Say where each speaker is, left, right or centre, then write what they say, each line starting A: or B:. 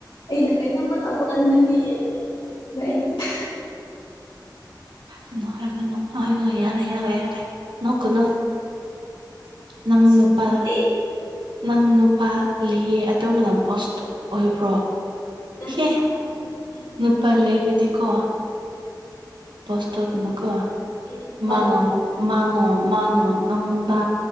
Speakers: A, on the left (about 85°); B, on the right (about 85°).
A: ꯑꯩꯅ ꯀꯩꯅꯣꯝꯃ ꯇꯧꯕ ꯀꯥꯟꯗ ꯅꯪꯗꯤ ꯍ‌ꯦꯟꯅ ꯌꯦꯡꯁꯤꯟꯕ ꯑꯩꯉꯣꯟꯗ
B: ꯍꯥꯏꯒꯅꯣ ꯍꯥꯏꯒꯅꯣ ꯍꯥꯏꯌꯣ ꯌꯥꯔꯦ ꯌꯥꯔꯦ ꯌꯥꯔꯦ ꯅꯣꯛꯀꯅ‌ꯣ ꯅꯪ
A: ꯆꯨꯝꯃꯤꯗꯨꯗꯤ
B: ꯅꯨꯄꯥꯔ ꯅꯪ ꯅꯨꯄꯥ ꯂꯩꯌꯦ ꯑꯗꯨꯝꯃꯥꯏꯅ ꯕ‌ꯣꯁꯇꯣ ꯑꯣꯏꯕ꯭ꯔꯣ
A: ꯅꯠꯇꯦꯕ
B: ꯍꯦ
A: ꯑꯩ ꯑꯩꯗꯤ
B: ꯅꯨꯄꯥ
A: ꯑꯗꯨꯝ
B: ꯂꯩꯔꯗꯤꯀꯣ ꯕ‌ꯣꯁ ꯇꯧꯒꯅꯨꯀ‌ꯣ
A: ꯑꯩꯗꯤ ꯅꯨꯄꯥꯗꯒꯤ
B: ꯃꯥ ꯅ‌ꯣꯡ
A: ꯂꯩꯇꯕ
B: ꯃꯥ ꯅ‌ꯣꯡ ꯃꯥꯅꯣ ꯅꯪꯉꯣꯟꯗ